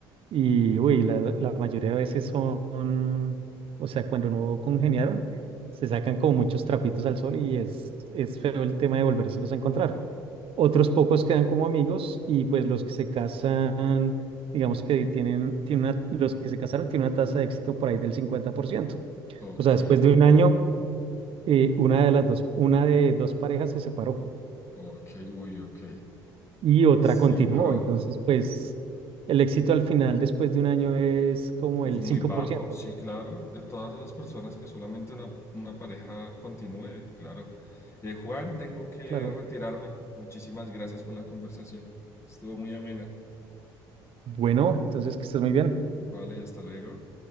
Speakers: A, on the right; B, on the left.
A: Y, uy, la, la mayoría de veces son, o sea, cuando no congeniaron, se sacan como muchos trapitos al sol y es, es feo el tema de volvérselos a encontrar. Otros pocos quedan como amigos y pues los que se casan, digamos que tienen, tienen una- los que se casaron tienen una tasa de éxito por ahí del 50%.
B: ok,
A: O sea, después de un año, eh, una de las dos, una de dos parejas se separó
B: ok, uy, ok.
A: y otra
B: Sí,
A: continuó.
B: duro.
A: Entonces, pues el éxito al final después de un año es como
B: Es
A: el
B: muy
A: cinco
B: bajo,
A: por ciento
B: sí, claro. De todas esas personas que solamente una, una pareja continúe, claro. Eh, Juan, tengo que
A: Claro.
B: retirarme. Muchísimas gracias por la conversación. Estuvo muy amena.
A: Bueno, entonces que estés muy bien.
B: Vale, hasta luego.